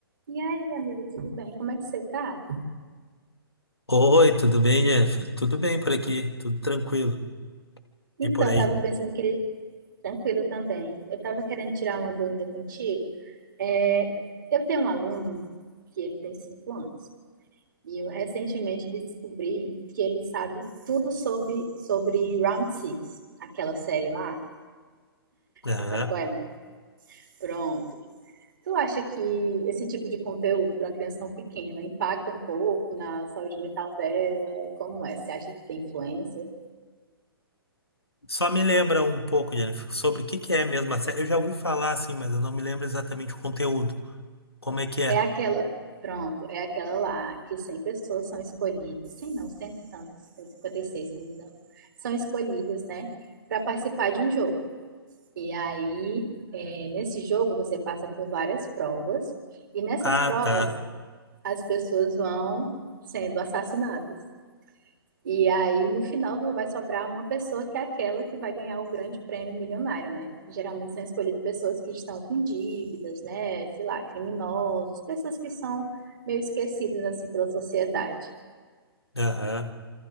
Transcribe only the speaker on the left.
Oi, tudo bem, Jennifer? Tudo bem por aqui, tudo tranquilo.
E por aí?
Aham.
Só me lembra um pouco, Jennifer, sobre o que que é mesmo a série. Eu já ouvi falar assim, mas eu não me lembro exatamente o conteúdo. Como é que é?
Ah,
tá.
Aham.